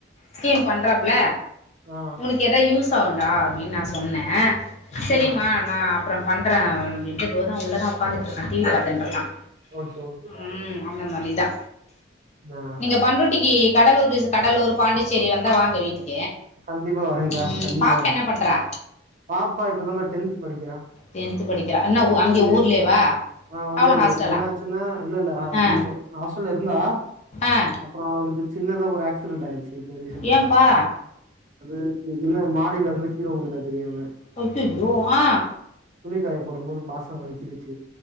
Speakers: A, on the left; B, on the right.
A: ஸ்கீம் பண்றாப்புல
B: ஆ
A: உனக்கு ஏதா யூஸ் சவுண்டா அப்டின்னு நா சொன்னேன் செரிம்மா
B: ஆ
A: நா அப்றோ பண்றேன் <unintelligible> தோ உள்ள தான் உக்காந்துட்டுருக் டிவி பாத்துண்டு
B: சரி
A: இருக்கான்
B: சரி. ஓகே ஓகேக்கா
A: ம் அந்த மாரி நீ தா
B: ஆ
A: நீங்க பண்ருட்டிக்கி கடலூர் கடலூர் பாண்டிச்சேரி வந்தா வாங்க வீட்டுக்கு
B: கண்டிப்பா வரேங்க
A: ம்
B: கண்டிப்பா
A: பாப்பா
B: வரே
A: என்ன பண்றா
B: பாப்பா இப்ப தாங்க டென்த் படிக்கிறா
A: டென்த்து படிக்கிறா என்ன
B: டென்து
A: ஊ அங்கே ஊர்லேவா
B: ஆ
A: அவளு
B: ஊர்ல
A: ஹாஸ்டலா
B: இப்ப என்ன ஆச்சுன்னா இல்ல இல்ல
A: ஆ
B: ஹாஸ்டல்ல இருந்தா
A: ஆ
B: அப்றோ அவளுக்கு சின்னதா ஒரு ஆக்சிடெண்ட் ஆயிருச்சு இப்ப ரீசென்ட்டா
A: ஏம்பா
B: அது இல்ல மாடிலருந்து கீழ உழுந்துட்டா தெரியாம
A: அய்யய்யோ ஆ
B: துணிக்காய போடும்மோது பாசா வழுக்கிருச்சு